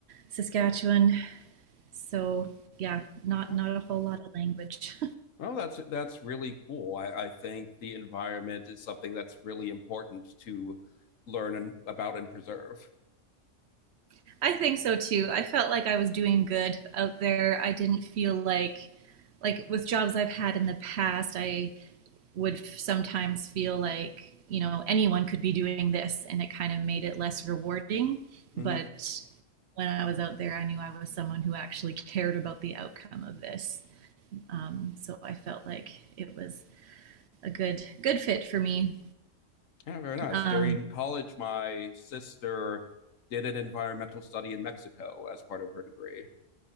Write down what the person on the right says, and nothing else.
Saskatchewan. So yeah, not
not a whole lot of language.
<laughs> I think so too. I felt like I was doing good out there. I didn't feel like like with jobs I've had in the past, I would sometimes feel like you know anyone could be doing this and it kind of made it less rewarding
but when i was out there i knew i was someone who actually cared about the outcome of this um, so i felt like it was a good good fit for me
um,